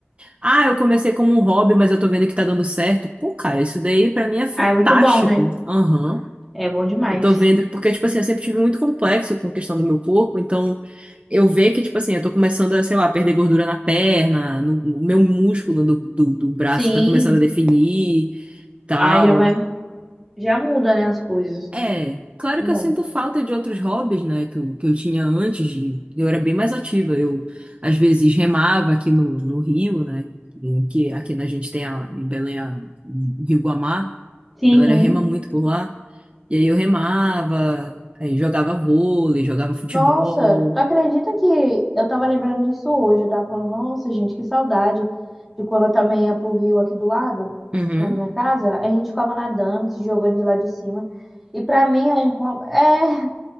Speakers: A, on the right (about 30°); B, in the centre.
A: ah, eu comecei como um hobby, mas eu tô vendo que tá dando certo. Pô, cara, isso daí pra mim é fantástico.
B: Ah, é muito bom, né?
A: Aham.
B: É bom demais.
A: Eu tô vendo, porque, tipo assim, eu sempre tive muito complexo com a questão do meu corpo, então eu ver que, tipo assim, eu tô começando a, sei lá, perder gordura na perna, no, no meu músculo do, do, do braço
B: Sim.
A: tá começando a definir, tal.
B: Ah, já vai, já muda, né, as coisas.
A: É, claro
B: Muito
A: que
B: bom.
A: eu sinto falta de outros hobbies, né, que eu, que eu tinha antes de... Eu era bem mais ativa, eu às vezes remava aqui no, no Rio, né, em que aqui na gente tem a, em Belém a, o Rio Guamá,
B: Sim.
A: a galera rema muito por lá, e aí eu remava, aí jogava vôlei, jogava futebol.
B: Nossa, tu acredita que eu tava lembrando disso hoje? Eu tava falando, nossa, gente, que saudade de quando eu também ia pro rio aqui do lado,
A: Uhum,
B: na minha casa. A gente ficava nadando, se jogando de lá de cima. E pra mim é um hobby. É,